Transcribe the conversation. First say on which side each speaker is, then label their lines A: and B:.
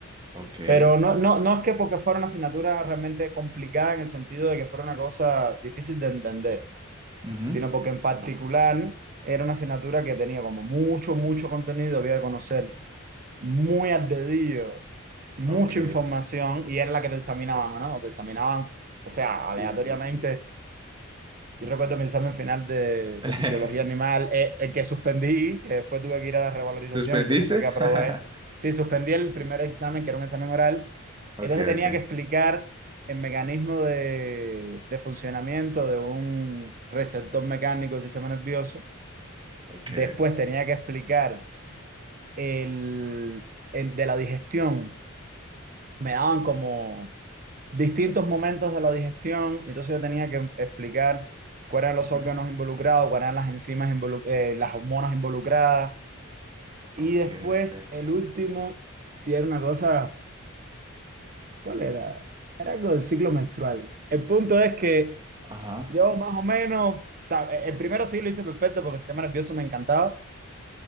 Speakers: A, on the right; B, on the right.
A: Ok.
B: Pero no, no, no es que porque fuera una asignatura realmente complicada en el sentido de que fuera una cosa difícil de entender.
A: Ujú.
B: sino porque en particular era una asignatura que tenía como mucho, mucho contenido, había que conocer muy al dedillo, mucha
A: Ok.
B: información y era la que te examinaban, ¿no? Te examinaban, o sea, aleatoriamente.
A: Uh.
B: Yo recuerdo mi examen final de, de
A: <laughs>
B: fisiología animal, eh, el que suspendí, que después tuve que ir a la revalorización,
A: ¿Suspendiste?
B: entonces fue que aprobé.
A: <laughs>
B: Sí, suspendí el primer examen, que era un examen oral,
A: Ok,
B: entonces tenía
A: ok.
B: que explicar el mecanismo de, de funcionamiento de un receptor mecánico del sistema nervioso
A: Ok,
B: Después tenía que explicar el, el de la digestión. Me daban como distintos momentos de la digestión, y entonces yo tenía que explicar cuáles eran los
A: Ujú.
B: órganos involucrados, cuáles eran las enzimas, involu- eh, las hormonas involucradas. Y
A: ok,
B: después,
A: ok.
B: el último, si era una cosa, ¿cuál era? Era algo del ciclo menstrual. El punto es que
A: Ajá.
B: yo más o menos, sabe, el primero sí lo hice perfecto porque el sistema nervioso me encantaba,